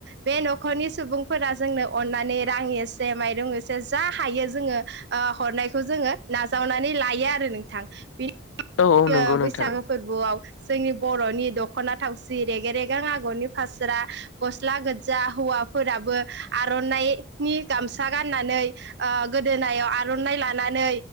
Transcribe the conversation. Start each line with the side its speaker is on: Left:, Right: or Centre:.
Right: बे न'खरनि सुबुंफोरा जोंनो अननानै रां एसे माइरं एसे जा हायो जों ङो ओ हरनायखौ जोंङो नाजावनानै लायो आरो नोंथां बेनि
Left: औ औ
Right: ओ
Left: नंगौ
Right: बैसागु
Left: नोंथां
Right: फोरबोआव जोंनि बर'नि दख'ना थावसि रेग रेगां आगरनि फास्रा गस्ला गोथजा हौवा फोराबो आर'नायनि गामसा गाननानै ओ गोदोनायाव आर'नाइ लाना नै